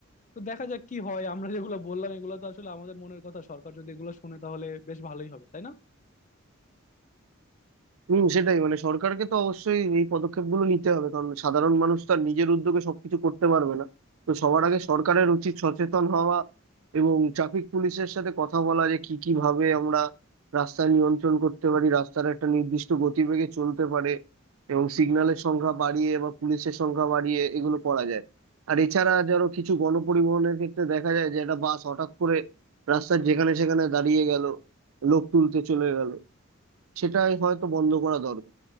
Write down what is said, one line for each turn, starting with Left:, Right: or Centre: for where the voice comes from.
Left: তো দেখা যাক কি হয় আমরা যেগুলো বললাম এগুলো তো আসলে আমাদের মনের কথা সরকার যদি এগুলো শুনে তাহলে বেশ ভালোই হবে তাই না
Right: হম সেটাই মানে সরকারকে তো অবশ্যই এই পদক্ষেপগুলো নিতে হবে কারণ সাধারণ মানুষ তো আর নিজের উদ্যোগে সবকিছু করতে পারবে না তো সবার আগে সরকারের উচিত সচেতন হওয়া এবং ট্রাফিক পুলিশের সাথে কথা বলা যে কি কি ভাবে আমরা রাস্তা নিয়ন্ত্রণ করতে পারি রাস্তার একটা নির্দিষ্ট গতিবেগে চলতে পারে এবং সিগন্যালের সংখ্যা বাড়িয়ে বা পুলিশের সংখ্যা বাড়িয়ে এগুলো করা যায় আর এছাড়া ধরো কিছু গণপরিবহনের ক্ষেত্রে দেখা যায় যে একটা বাস হঠাৎ করে রাস্তার যেখানে সেখানে দাঁড়িয়ে গেল লোক তুলতে চলে গেল সেটাই হয়তো বন্ধ করা দরকার